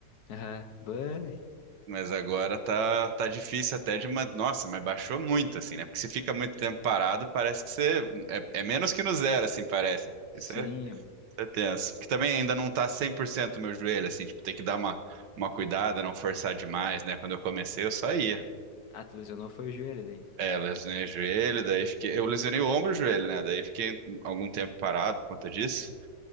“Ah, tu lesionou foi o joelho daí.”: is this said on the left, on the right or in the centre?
Left